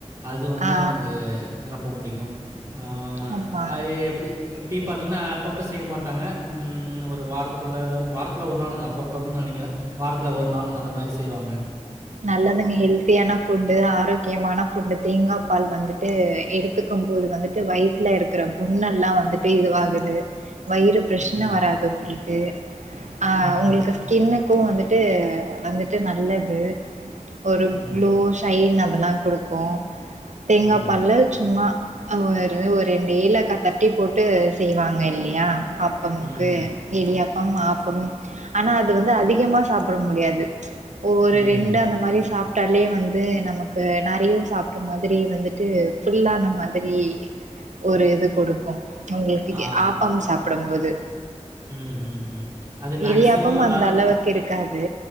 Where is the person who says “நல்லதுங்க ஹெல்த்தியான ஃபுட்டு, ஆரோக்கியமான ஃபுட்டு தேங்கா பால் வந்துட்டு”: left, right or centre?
Right